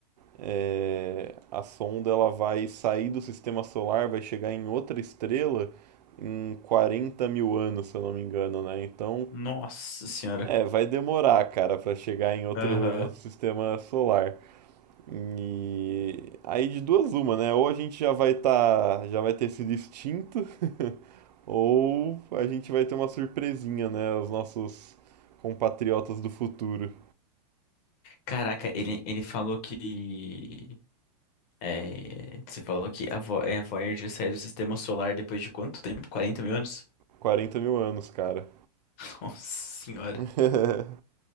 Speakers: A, on the right (about 75°); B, on the left (about 20°).
A: é, a sonda ela vai sair do sistema solar, vai chegar em outra estrela em 40 mil anos, se eu não me engano, né? Então,
B: Nossa senhora.
A: é, vai demorar, cara, pra chegar em outro,
B: Aham.
A: em outro sistema solar. E aí de duas uma, né? Ou a gente já vai tá, já vai ter sido extinto, <laughs> ou a gente vai ter uma surpresinha, né? Os nossos compatriotas do futuro.
B: Caraca, ele, ele falou que É, você falou que a, Vo- é, Voyager saiu do sistema solar depois de quanto tempo? 40 mil anos?
A: quarenta mil anos, cara.
B: <laughs> Nossa senhora.
A: <laughs>